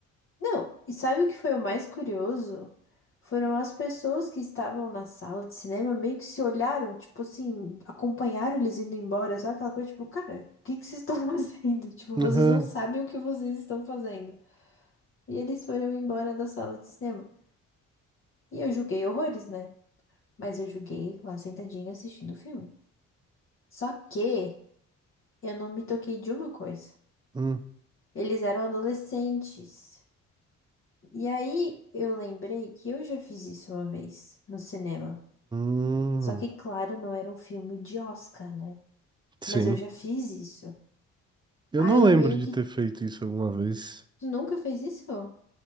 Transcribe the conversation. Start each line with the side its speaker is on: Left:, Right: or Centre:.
Left: Não, e sabe o que foi o mais curioso? Foram as pessoas que estavam na sala de cinema meio que se olharam, tipo assim, acompanharam eles indo embora, sabe aquela coisa, tipo, cara, o que que vocês estão <laughs> fazendo? Tipo,
Right: Uhum.
Left: vocês não sabem o que vocês estão fazendo. E eles foram embora da sala de cinema. E eu julguei horrores, né? Mas eu julguei lá sentadinha assistindo o filme. Só que eu não me toquei de uma coisa.
Right: Hum.
Left: Eles eram adolescentes. E aí eu lembrei que eu já fiz isso uma vez no cinema.
Right: Hum.
Left: Só que, claro, não era um filme de Oscar, né?
Right: Sim.
Left: Mas eu já fiz isso.
Right: Eu
Left: Aí
Right: não
Left: eu
Right: lembro
Left: meio
Right: de
Left: que.
Right: ter feito isso alguma vez.
Left: Tu nunca fez isso?